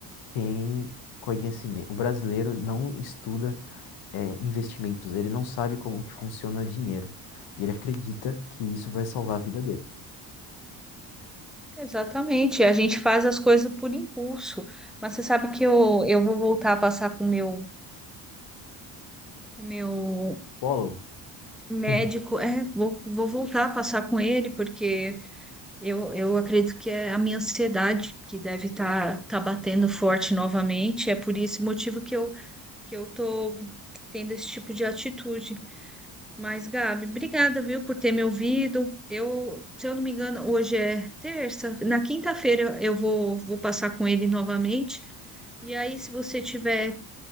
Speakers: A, on the left; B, in the centre.
A: tem conhecimento. O brasileiro não estuda é, investimentos, ele não sabe como que funciona dinheiro. E ele acredita que isso vai salvar a vida dele.
B: Exatamente. A gente faz as coisas por impulso. Mas você sabe que eu, eu vou voltar a passar com o meu, com o meu
A: Psicólogo?
B: médico.
A: <laughs>
B: É, vou, vou voltar a passar com ele, porque Eu, eu acredito que é a minha ansiedade que deve estar tá, tá batendo forte novamente. É por esse motivo que eu que eu tô tendo esse tipo de atitude. Mas, Gabi, obrigada, viu, por ter me ouvido. Eu, se eu não me engano, hoje é terça. Na quinta-feira eu vou, vou passar com ele novamente. E aí, se você tiver